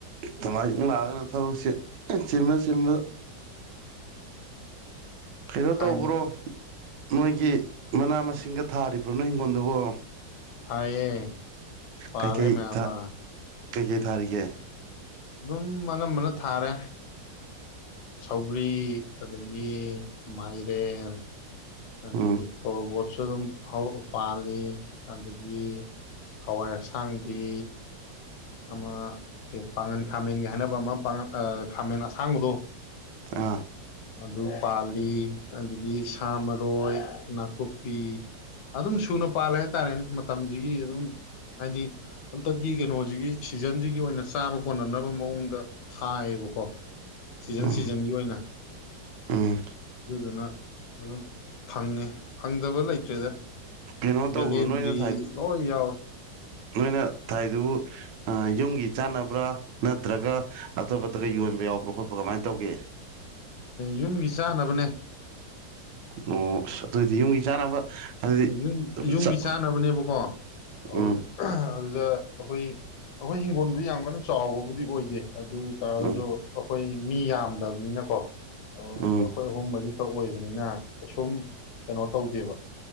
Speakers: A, on the right (about 75°); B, on the left (about 75°).
A: ꯊꯃꯥꯏ ꯂꯥꯛꯒꯅꯦ ꯊꯕꯛꯁꯦ ꯁꯤꯃ ꯆꯕ ꯀꯩꯅꯣ
B: ꯊꯥꯏꯅꯤ
A: ꯇꯧꯕ꯭ꯔꯣ ꯅꯣꯏꯒꯤ ꯃꯅꯥ ꯃꯁꯤꯡꯒ ꯊꯥꯔꯤꯕ꯭ꯔꯣ ꯅꯣꯏ ꯍꯤꯡꯒꯣꯜꯗꯨꯕꯣ
B: ꯊꯌꯦꯌꯦ ꯄꯂꯦ
A: ꯀꯩꯀꯩ
B: ꯃꯃꯥ
A: ꯊꯥ ꯀꯩꯀꯩ ꯊꯥꯔꯤꯒꯦ
B: ꯑꯗꯨꯝ ꯑꯅꯝꯕꯅ ꯊꯥꯔꯦ ꯁꯧꯒ꯭ꯔꯤ ꯑꯗꯒꯤ ꯃꯥꯏꯔꯦꯟ ꯑ
A: ꯎꯝ
B: ꯃꯤ ꯇ ꯁꯨ ꯑꯗꯨꯝ ꯄꯥꯜꯂꯤ ꯑꯗꯒꯤ ꯍꯋꯥꯏ ꯑꯁꯥꯡꯕꯤ ꯑꯃ ꯄꯥꯡꯉꯟ ꯈꯥꯃꯦꯟꯒꯤ ꯍꯥꯏꯅꯕ ꯑꯃ ꯄꯥꯡꯜ ꯈꯥꯃꯦꯟ ꯑꯁꯥꯡꯕꯗꯣ
A: ꯑꯥ
B: ꯑꯗꯨ ꯄꯥꯜꯂꯤ ꯑꯗꯨꯗꯒꯤ ꯃꯔꯣꯏ ꯅꯥꯈꯨꯞ ꯑꯗꯨꯝ ꯊꯨꯅ ꯄꯥꯜꯂꯦ ꯍꯥꯏꯇꯥꯔꯦꯅꯦ ꯃꯇꯝꯁꯤꯒꯤ ꯑꯗꯨꯝ ꯍꯥꯏꯗꯤ ꯍꯟꯇꯛꯀꯤ ꯀꯩꯅꯣꯁꯤꯒꯤ ꯁꯤꯖꯟꯁꯤꯒꯤ ꯑꯣꯏꯅ ꯆꯥꯕ ꯀꯣꯟꯅꯅꯕ ꯃꯑꯣꯡꯗ ꯊꯥꯏꯌꯦꯕꯀꯣ ꯁꯤꯖꯟ
A: ꯎꯝ
B: ꯁꯤꯖꯟꯒꯤ ꯑꯣꯏꯅ
A: ꯎꯝ
B: ꯑꯗꯨ ꯑꯗꯨꯅ ꯑꯗꯨꯝ ꯈꯪꯉꯦ ꯈꯪꯗꯕ ꯂꯩꯇ꯭ꯔꯦꯗ
A: ꯀꯩꯅꯣ ꯇꯧꯕ꯭ꯔꯣ
B: ꯕꯂꯗ꯭ꯔꯤ
A: ꯅꯣꯏꯅ ꯊꯥꯏ
B: ꯅ ꯌꯥꯎ
A: ꯅꯣꯏꯅ ꯊꯥꯏꯗꯨꯕꯨ ꯌꯨꯝꯒꯤ ꯆꯥꯟꯅꯕ꯭ꯔꯥ ꯅꯠꯇ꯭ꯔꯒ ꯑꯇꯣꯞꯄꯇꯒ ꯌꯣꯟꯕ ꯌꯥꯎꯕ꯭ꯔꯥ ꯈꯣꯠꯄ ꯀꯃꯥꯏꯅ ꯇꯧꯒꯦ
B: ꯌꯨꯝꯒꯤ ꯆꯥꯅꯕꯅꯦ
A: ꯎ ꯑꯗꯨꯑꯣ ꯑꯣꯏꯗꯤ ꯌꯨꯝꯒꯤ ꯆꯥꯅꯕ ꯑꯗꯨꯗꯤ
B: ꯌꯨꯝ ꯌꯨꯝꯒꯤ
A: ꯆꯥ
B: ꯆꯥꯅꯕꯅꯦꯕꯀꯣ ꯑꯗꯨ
A: ꯎꯝ
B: ꯑꯗꯨꯗ ꯑꯩꯈꯣꯏ ꯑꯩꯈꯣꯏ ꯍꯤꯡꯒꯣꯜꯕꯨꯗꯤ ꯌꯥꯝ ꯀꯟꯅ ꯆꯥꯎꯕꯕꯨꯗꯤ ꯑꯣꯏꯗꯦ ꯑꯗꯨ ꯑꯣꯏ ꯇꯔꯒꯁꯨ
A: ꯎꯝ
B: ꯑꯩꯈꯣꯏ ꯃꯤ ꯌꯥꯝꯗꯕꯅꯤꯅꯀꯣ ꯑꯣ
A: ꯎꯝ
B: ꯑꯩꯈꯣꯏ ꯑꯍꯨꯝ ꯃꯔꯤꯛ ꯈꯛ ꯑꯣꯏꯕꯅꯤꯅ ꯀꯩꯁꯨꯝ ꯀꯩꯅꯣ ꯇꯧꯗꯦꯕ